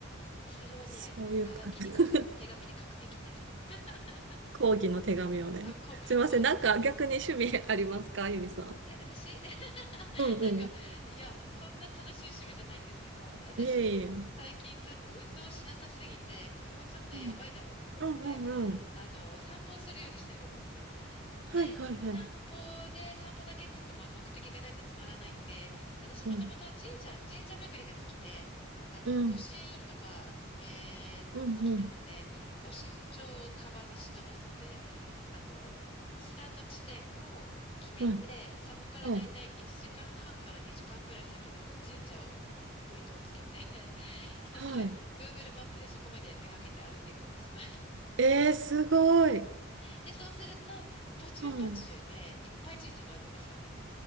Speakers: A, on the left (about 30°); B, on the right (about 65°).
A: それはね、
B: そういうか、
A: はがきに書く、
B: <laughs>
A: 手紙に書くべきです。<laughs>
B: 抗議の手紙をね。
A: こう、
B: すいません。
A: こう、
B: なんか逆に趣味ありますかゆみさん。
A: え、私 <laughs>
B: うんうん。
A: なんか、いや、そんな楽しい趣味じゃないんですけど、私、
B: いえいえ。
A: 最近ちょっと運動しなさすぎて、これはちょっとやばいだろうということで、
B: うん。うんうんうん。
A: あの、散歩をするようにしてるんですよ。
B: はいはいはい。
A: で、散歩で、散歩だけっつっても目的がないとつまらないんで、私もともと神社、
B: うん。
A: 神社巡りが好きで、あの、
B: うん。
A: 御朱印とか集めるのが好きなので、
B: うんうん。
A: 御朱印帳をカバンに忍ばせて、あの、スタート地点を決めて、
B: はい。
A: そこからだいたい1時間半から2時間ぐらい先の神社を、
B: はい。
A: あの、ポイントをつけて <laughs> ひたすら
B: はい。
A: Google マップでそこまでめがけて歩いていくんですよ。
B: えー、すごい。
A: で、そうすると、途中途中でいっぱい神社があるんですよね。
B: うん。